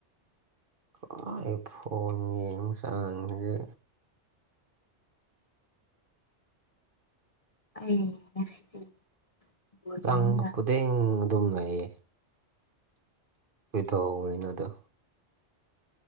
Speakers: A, on the right; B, on the left.
A: ꯈꯋꯥꯏ ꯐꯣꯟꯉ ꯑꯃ ꯆꯥꯡꯁꯦ
B: ꯑꯩ ꯉꯁꯤꯗꯤ ꯕꯣꯜ
A: ꯆꯪꯕ
B: ꯌꯦꯡꯅꯤꯅ
A: ꯈꯨꯗꯤꯡ ꯑꯗꯨꯝ ꯂꯩꯌꯦ ꯀꯈꯣꯏꯗꯍꯧꯔꯤꯅ ꯑꯗꯣ